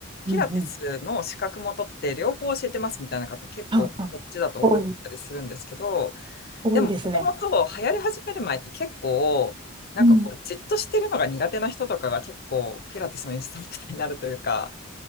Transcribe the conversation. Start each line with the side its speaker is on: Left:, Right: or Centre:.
Left: ピラティスの資格も取って両方教えてますみたいな方結構こっちだと多かったりするんですけど、
Right: うん、うん。そうそう。多い、多いですね。
Left: でももともと流行り始める前って結構なんかこうじっとしてるのが苦手な人とかが結構ピラティスのインストラクターになるというか、
Right: うん